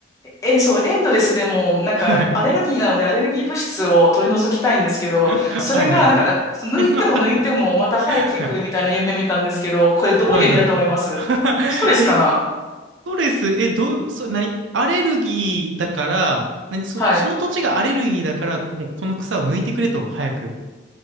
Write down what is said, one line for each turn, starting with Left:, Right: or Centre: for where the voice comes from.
Left: え、そう、エンドレスでも、なんか、
Right: はい。
Left: アレルギーなので、アレルギー物質を取り除きたいんですけど、
Right: <laughs>
Left: それが、
Right: はいはい。
Left: なんか、抜いても抜いても、
Right: <laughs>
Left: また生えてくるみたいな夢見たんですけど、
Right: はい。
Left: これどういう意味だと思いますストレスかな
Right: はいはい。<laughs> え、ストレス、え、どう、それ何アレルギーだから、何そ、
Left: はい。
Right: その土地がアレルギーだから、もうこの草を抜いてくれと、早く。